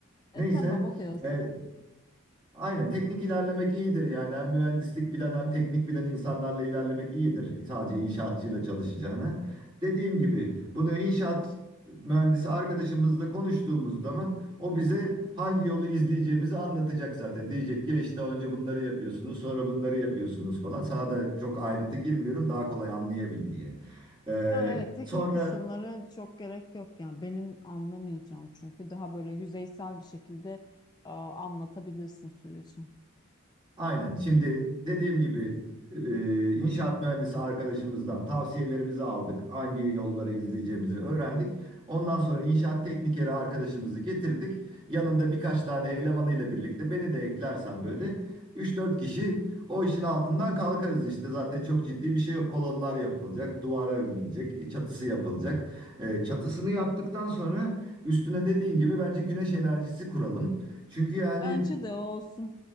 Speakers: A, on the left; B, on the right.
A: E,
B: Neyse,
A: tamam okey o zaman.
B: e, Aynen teknik ilerlemek iyidir yani hem mühendislik bilen hem teknik bilen insanlarla ilerlemek iyidir sadece inşaatçıyla çalışacağına. Dediğim gibi bunu inşaat mühendisi arkadaşımızla konuştuğumuz zaman o bize hangi yolu izleyeceğimizi anlatacak zaten. Diyecek ki işte önce bunları yapıyorsunuz sonra bunları yapıyorsunuz falan. Sana da çok ayrıntı girmiyorum daha kolay anlayabil diye. Ee,
A: Yani evet teknik
B: sonra
A: kısımları çok gerek yok yani benim anlamayacağım çünkü daha böyle yüzeysel bir şekilde e, anlatabilirsin süreci.
B: Aynen. Şimdi dediğim gibi e, inşaat mühendisi arkadaşımızdan tavsiyelerimizi aldık. Hangi yolları izleyeceğimizi öğrendik. Ondan sonra inşaat teknikeri arkadaşımızı getirdik. Yanında birkaç tane elemanıyla birlikte beni de eklersen böyle üç dört kişi o işin altından kalkarız işte. Zaten çok ciddi bir şey yok. Kolonlar yapılacak, duvara örülecek, çatısı yapılacak. E, çatısını yaptıktan sonra üstüne dediğin gibi bence güneş enerjisi kuralım. Çünkü yani
A: Bence de o olsun.